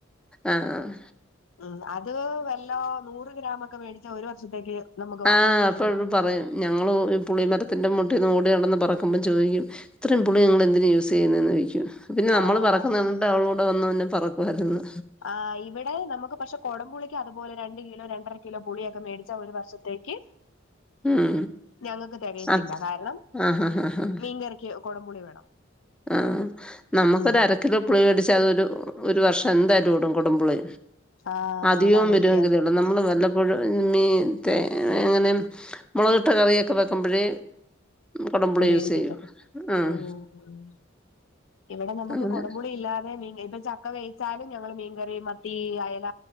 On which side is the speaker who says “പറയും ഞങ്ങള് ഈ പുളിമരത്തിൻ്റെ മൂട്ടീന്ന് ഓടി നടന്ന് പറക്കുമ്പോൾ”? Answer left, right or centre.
Centre